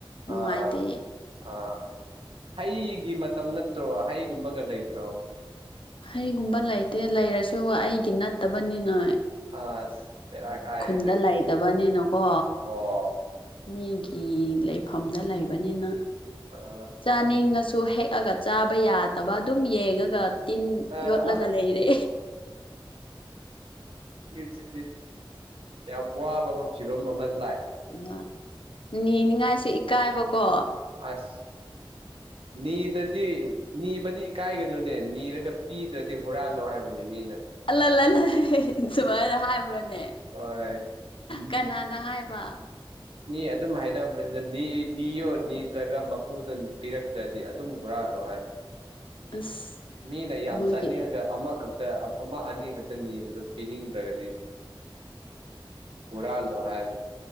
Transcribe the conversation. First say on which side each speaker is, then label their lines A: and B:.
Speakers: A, on the right; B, on the left.
A: ꯑꯥ
B: ꯅꯨꯡꯉꯥꯏꯇꯦ
A: ꯑꯥ ꯍꯩꯒꯤ ꯃꯇꯝ ꯅꯠꯇ꯭ꯔꯣ ꯍꯩꯒꯨꯝꯕꯒ ꯂꯩꯇ꯭ꯔꯣ
B: ꯍꯩꯒꯨꯝꯕ ꯂꯩꯇꯦ ꯂꯩꯔꯁꯨ ꯑꯩꯒꯤ ꯅꯠꯇꯕꯅꯤꯅ
A: ꯑꯁ ꯕꯦꯔꯥ
B: ꯑꯩ
A: ꯀꯥꯏꯌꯦ
B: ꯈꯨꯟꯗ
A: ꯅꯪꯒꯤꯁꯤ
B: ꯂꯩꯇꯕꯅꯤꯅꯀꯣ
A: ꯑꯣ
B: ꯃꯤꯒꯤ ꯂꯩꯐꯝꯗ ꯂꯩꯕꯅꯤꯅ
A: ꯑ
B: ꯆꯥꯅꯤꯡꯉꯁꯨ ꯍꯦꯛꯑꯒ ꯆꯥꯕ ꯌꯥꯗꯕ ꯑꯗꯨꯝ ꯌꯦꯡꯉꯒ ꯇꯤꯟ
A: ꯑꯥ
B: ꯌꯣꯠꯂꯒ ꯂꯩꯔꯦ
A: ꯆ ꯌꯥꯝꯃꯕ ꯊꯤꯒꯝ <unintelligible>
B: ꯑ ꯅꯦꯡꯅꯤꯡꯉꯥꯏꯁꯦ ꯏꯀꯥꯏꯕꯀꯣ
A: ꯑꯁ ꯅꯤꯗꯗꯤ ꯅꯤꯕꯗꯤ ꯏꯀꯥꯏꯒꯅꯨꯅꯦ ꯅꯤꯔꯒ ꯄꯤꯗ꯭ꯔꯗꯤ ꯍꯨꯔꯥꯜꯂꯣ ꯍꯥꯏꯕꯅꯦ ꯃꯤꯅ
B: ꯑꯜꯂꯜ ꯂꯂ ꯁꯨꯃꯥꯏꯅ ꯍꯥꯏꯕ꯭ꯔꯣꯅꯦ
A: ꯍꯣꯏ ꯎꯝ
B: ꯀꯅꯥꯅ ꯍꯥꯏꯕ
A: ꯃꯤ ꯑꯗꯨꯝ ꯍꯥꯏꯅꯕꯅꯤꯗ ꯅꯤ ꯌꯣ ꯅꯤꯗꯔꯒ ꯃꯄꯨꯗ ꯄꯤꯔꯛꯇ꯭ꯔꯗꯤ ꯑꯗꯨꯝ ꯍꯨꯔꯥꯜꯂꯣ ꯍꯥꯏꯕꯅꯤ
B: ꯑꯁ
A: ꯃꯤ ꯅ
B: ꯃꯣꯏꯒꯤ
A: ꯆꯥꯅꯤꯡꯑꯒ ꯑꯃꯈꯛꯇ ꯑꯃ ꯑꯅꯤ ꯈꯛꯇ ꯅꯤꯕꯗꯣ ꯄꯤꯅꯤꯡꯗ꯭ꯔꯗꯤ ꯍꯨꯔꯥꯜꯂꯣ ꯍꯥꯏꯕ